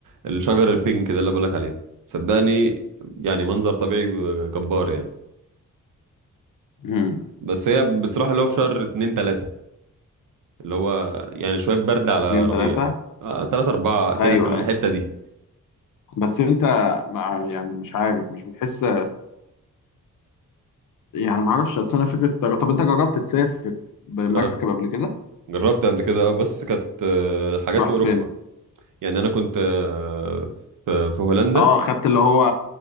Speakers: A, on the right (about 75°); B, on the left (about 80°).
A: الشجر البينك ده اللي بقول لك عليه صدقني يعني منظر طبيعي جبار يعني
B: مم.
A: بس هي بتروح اللي هو في شهر اتنين تلاتة اللي هو يعني شوية برد على
B: اتنين
A: ربيع
B: تلاتة
A: اه تلاتة أربعة كده
B: ايوه
A: في الحتة
B: ايوه
A: دي
B: بس انت مع يعني مش عارف مش بتحس يعني ما اعرفش اصل انا فكره الطيران طب انت جربت تسافر بالمركب
A: آه،
B: قبل كده
A: جربت قبل كده آه، بس كانت آه، حاجات
B: رحت
A: في اوروبا
B: فين
A: يعني انا كنت آه، في في هولندا
B: اه خدت اللي هو